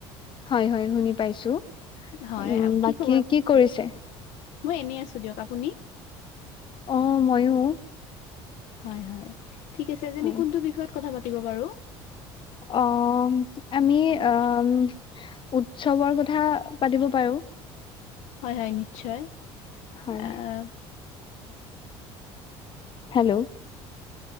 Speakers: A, on the left (about 40°); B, on the left (about 65°).
A: হয়, হয় শুনি পাইছো
B: হয়
A: উম', বাকী
B: খবৰ
A: কি কৰিছে?
B: মই এনেই আছো দিয়ক আপুনি?
A: অ', ময়ো
B: হয়, হয় ঠিক আছে আজি
A: হয়।
B: কোনটো বিষয়ত কথা পাতিব বাৰু?
A: অ' আমি অ' উৎসৱৰ কথা পাতিব পাৰো।
B: হয়, হয় নিশ্চয়
A: হয়
B: আহ
A: হেল্ল'